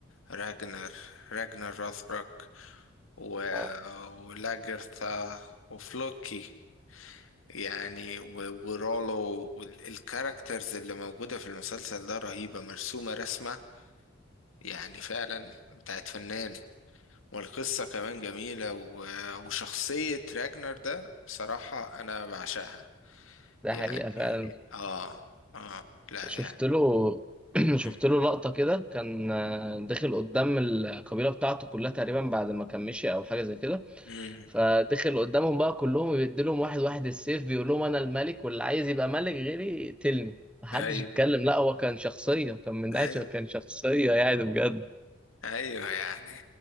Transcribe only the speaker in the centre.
اه
ده
حقيقة فعلا
شفت
له <clears throat> شفت
له لقطة كده كان آه، داخل قدام القبيلة بتاعته كلها تقريبا بعد ما كان مشي أو حاجة زي كده
فدخل قدامهم بقى كلهم بيديلهم واحد واحد السيف بيقول لهم انا الملك واللي عايز يبقى ملك غيري يقتلني محدش
يتكلم لا هو كان شخصية كان من ناحية
كان شخصية يعني بجد